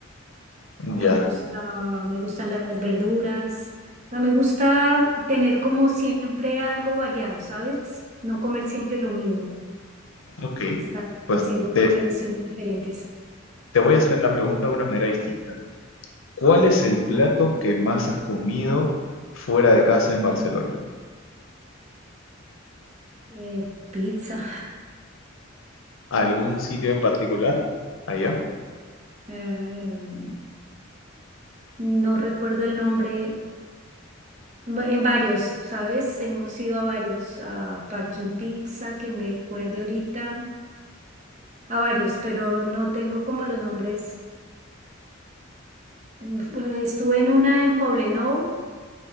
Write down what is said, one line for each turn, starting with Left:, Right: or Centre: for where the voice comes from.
Right: Me
Left: Ya,
Right: gusta, me gustan las verduras. O sea, me gusta tener como siempre algo variado, ¿sabes? No comer siempre lo mismo.
Left: ok.
Right: Estar como
Left: Pues
Right: haciendo
Left: te,
Right: preparaciones diferentes.
Left: te voy a hacer la pregunta de una manera distinta. ¿Cuál es el plato que más has comido fuera de casa en Barcelona?
Right: Eh, pizza.
Left: ¿Algún sitio en particular? Allá.
Right: <laughs> eh, no recuerdo el nombre. Va- En varios, ¿sabes? Hemos ido a varios. A Parking Pizza, que me acuerde ahorita. a varios, pero no tengo como los nombres. Mm, Estuve en una en Poblenou,